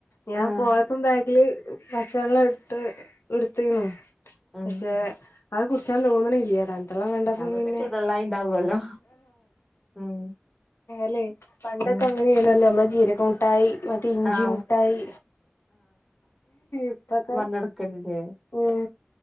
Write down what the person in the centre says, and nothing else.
ആഹ്
ഉം
അതൊക്കെ
ചൂടുവെള്ളായി ഉണ്ടാവുമല്ലോ ഉം
ഉം
ആഹ്
നടക്കലില്ലേ